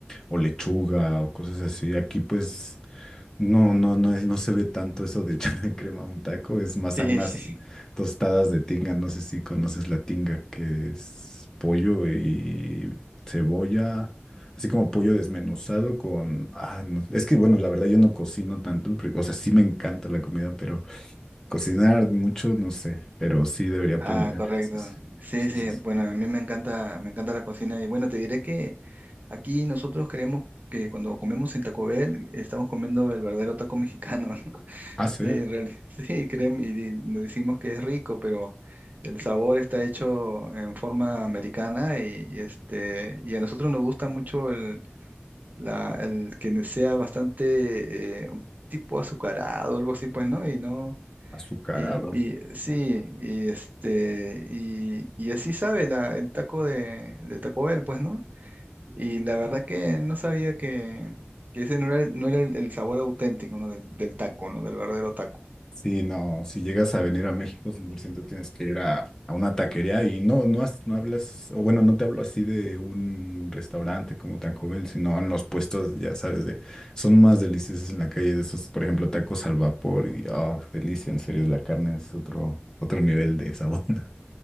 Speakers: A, on the left; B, on the right.
A: o lechuga o cosas así, aquí pues no, no, no, es- no se ve tanto eso de echarle <laughs> crema a un taco, es más
B: Sí,
A: a unas
B: sí.
A: tostadas de tinga. No sé si conoces la tinga, que es pollo y cebolla, así como pollo desmenuzado con... Ah, no, es que bueno, la verdad yo no cocino tanto, pero- o sea, sí me encanta la comida, pero cocinar mucho, no sé, pero sí debería aprender.
B: Ah, correcto.
A: Sí, sí,
B: Sí,
A: sí,
B: sí.
A: sí. sí.
B: Bueno, a mí me encanta, me encanta la cocina. Y bueno, te diré que aquí nosotros creemos que cuando comemos en Taco Bell estamos comiendo el verdadero taco mexicano, <laughs> ¿no?
A: Ah, sí,
B: Sí, en realidad, <laughs> sí, creemos y di- nos decimos que es rico, pero el sabor está hecho en forma americana y, y este, y a nosotros nos gusta mucho el, la, el que sea bastante eh, un tipo azucarado, algo así, pues, ¿no? Y no.
A: azucarado.
B: Y, y sí, y este, y, y así sabe la, el taco de, de Taco Bell, pues, ¿no? Y la verdad que no sabía que, que ese no era, el, no era el, el sabor auténtico, ¿no? Del, del taco, ¿no? Del verdadero taco.
A: Sí, no, si llegas a venir a México, 100% tienes que ir a, a una taquería y no, no, has- no hablas, o bueno, no te hablo así de un restaurante como Taco Bell, sino en los puestos, ya sabes, de, son más deliciosos en la calle de esos, por ejemplo, tacos al vapor y, oh, delicia, en serio, la carne es otro, otro nivel de sabor. <laughs>